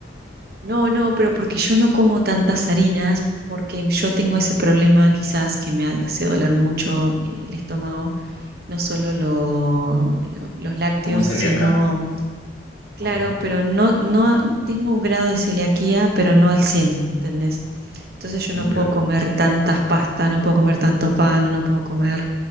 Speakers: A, on the right; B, on the left.
A: No, no, pero porque yo no como tantas harinas, porque yo tengo ese problema quizás que me hace doler mucho eh, el estómago, no solo lo- lo- los lácteos,
B: ¿Como celíaca
A: sino, claro,
B: o no?
A: pero no, no, tengo un grado de celiaquía, pero no al 100, ¿entendés? Entonces yo
B: Mm,
A: no puedo
B: ya.
A: comer tantas pastas, no puedo comer tanto pan, no puedo comer